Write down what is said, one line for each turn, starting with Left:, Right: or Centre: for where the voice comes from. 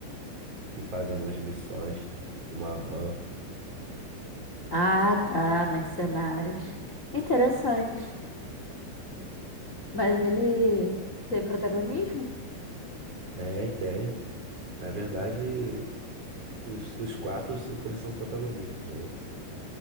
Right: que fazem umas missões numa van.
Left: Ah, tá, Mercenários. Interessante. Mas ele tem protagonismo?
Right: Tem, tem. Na verdade, os, os quatro ou cinco eles são protagonistas, entendeu?